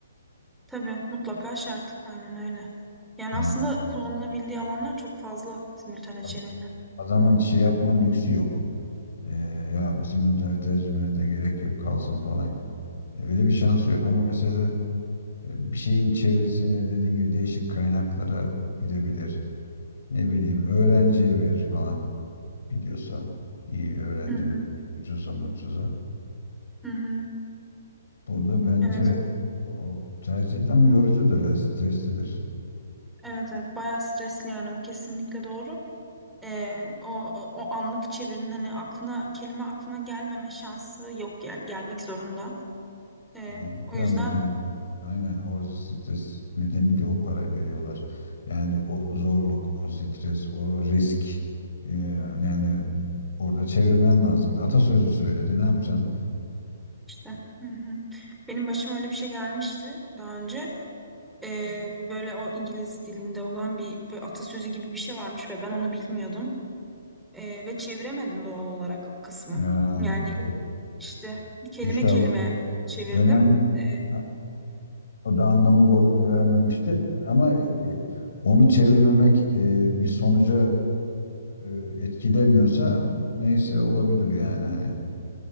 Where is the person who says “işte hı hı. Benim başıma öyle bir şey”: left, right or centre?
Centre